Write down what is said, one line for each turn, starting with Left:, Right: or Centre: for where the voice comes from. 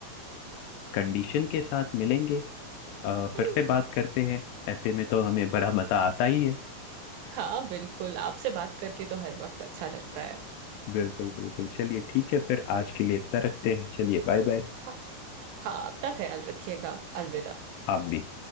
Left: कंडीशन के साथ मिलेंगे अ,
Right: हम्म
Left: फिर से बात करते हैं ऐसे में तो हमें बड़ा मजा आता ही है
Right: हाँ बिल्कुल आपसे बात करके तो हर वक्त अच्छा लगता है
Left: बिल्कुल बिल्कुल चलिए ठीक है फिर आज के लिए इतना रखते हैं चलिए बाय बाय
Right: हाँ हाँ अपना ख्याल रखिएगा अलविदा
Left: आप भी